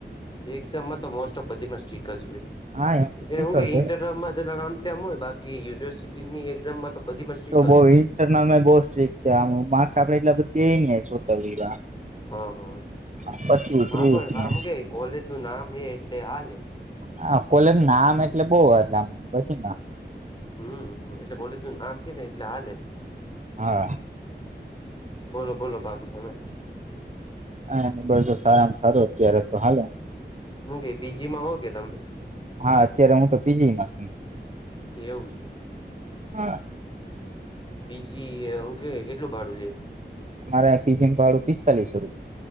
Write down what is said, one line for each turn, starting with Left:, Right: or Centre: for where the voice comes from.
Left: એકઝામ માં તો મોસ્ટ ઓફ બધી માં સ્ટ્રીક જ હોય.
Right: હા એમ <unintelligible>
Left: એ હું કે ઇન્ટર્નલમાં
Right: હોય
Left: માં જરાક આમ તેમ હોય બાકી યુનિવર્સિટી ની એક્ઝામમાં તો બધી મા સ્ટીક
Right: બઉ ઇન્ટરનલ માં બહુ સ્ટ્રીિક છે આમ માર્ક્સ આપડે એટલા બધીયે <unintelligible> એ નીય છોતેર એવા
Left: હા હા
Right: <unintelligible> પચીસ ત્રીસ
Left: હા પણ આમ
Right: ને
Left: કે કોલેજ નું નામ હે એટલે આજ
Right: હા આ કોલેજ નામ એટલે બહુ એટલે <unintelligible> બછીમાં હા
Left: હમ એટલે કોલેજ નું નામ છે ને એટલે હાલે
Right: હા
Left: બોલો બોલો બાકી તમે
Right: હા એમતો સારામાં સારું અત્યારે તો હાલે
Left: હું કે પીજીમાં હો કે તમે
Right: હા અત્યારે તો હું પીજીમાં છું
Left: એવું છે
Right: હા
Left: પીજી એ હુ કેવાય શું કહેવાય કેટલું ભાડું લે
Right: મારે આય પીજી ભાડું પિસ્તાલીસો